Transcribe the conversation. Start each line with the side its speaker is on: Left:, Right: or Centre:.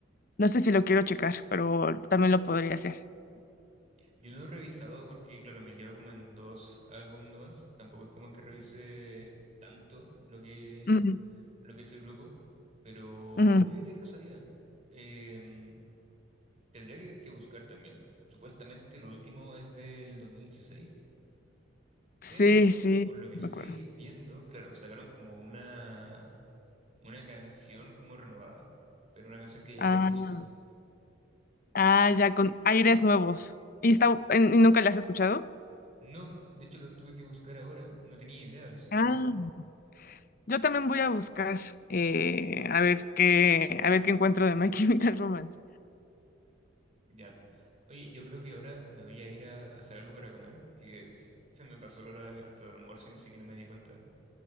Left: No sé si lo quiero checar, pero también lo podría hacer.
Right: Yo no lo he revisado porque, claro, me quedo como en dos álbumes nomás, tampoco es como que revise tanto lo que,
Left: Ujú,
Right: lo que es el grupo, pero
Left: ujú.
Right: fíjate que no sabía. Em, tendría que, que buscar también. Supuestamente lo último es del 2016,
Left: Sí,
Right: pero...
Left: sí,
Right: Por lo que
Left: me
Right: estoy
Left: acuerdo.
Right: viendo, claro, sacaron como una, Una canción como renovada, pero una canción que ya
Left: Ah,
Right: habían hecho.
Left: ah, ya, con aires nuevos. ¿Y, está, en- y nunca la has escuchado?
Right: No, de hecho lo tuve que buscar ahora, no tenía idea de eso.
Left: Ah, yo también voy a buscar eh, a ver qué, a ver qué encuentro de My <laughs> Chemical Romance.
Right: Ya. Oye, yo creo que ahora me voy a ir a hacer algo para comer, que <laughs> se me pasó la hora de- hasta el almuerzo y ni siquiera me di cuenta.